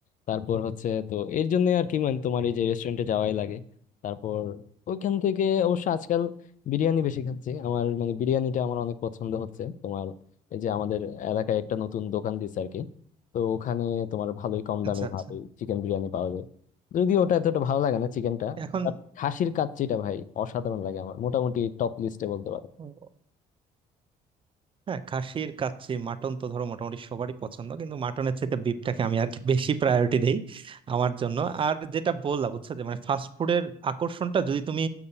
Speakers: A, on the left; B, on the right.
A: তারপর হচ্ছে তো এর জন্য আর কি মানে তোমার এই যে রেস্টুরেন্টে যাওয়াই লাগে তারপর ওইখান থেকে অবশ্য আজকাল বিরিয়ানি বেশি খাচ্ছি আমার মানে বিরিয়ানিটা আমার অনেক পছন্দ হচ্ছে তোমার এই যে আমাদের এলাকায় একটা নতুন দোকান দিচ্ছে আর কি তো ওখানে তোমার ভালোই কম
B: আচ্ছা
A: দামে
B: আচ্ছা
A: ভালোই চিকেন বিরিয়ানি পাওয়া যায় যদিও ওটা এতটা ভালো লাগে না চিকেনটা
B: এখন
A: খাসির কাচ্চিটা ভাই অসাধারণ লাগে আমার মোটামুটি টপ লিস্টে বলতে পারো
B: ও, হ্যাঁ খাসির কাচ্চি মাটন তো ধরো মোটামুটি সবারই পছন্দ কিন্তু মাটনের চাইতে বিফটাকে আমি আর কি বেশি প্রায়োরিটি দেই আমার জন্য আর যেটা বললাম বুঝছো যে মানে ফাস্ট ফুডের আকর্ষণটা যদি তুমি